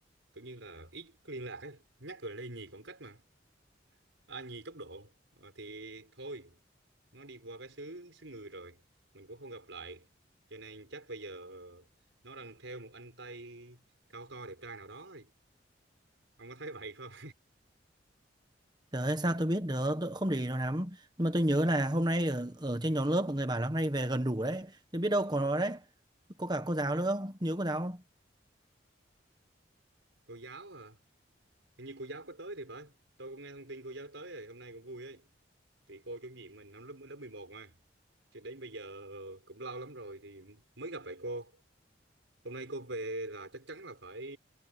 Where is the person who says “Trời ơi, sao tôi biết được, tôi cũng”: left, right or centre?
Right